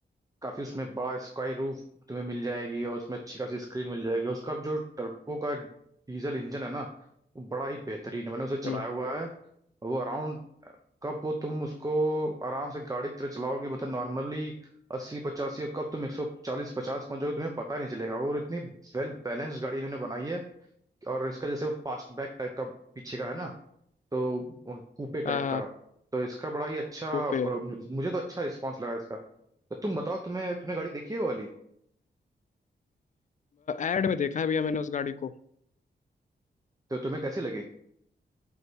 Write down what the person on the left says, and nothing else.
हम्म
आ,
ऊपे
एड में देखा है भैया मैंने उस गाड़ी को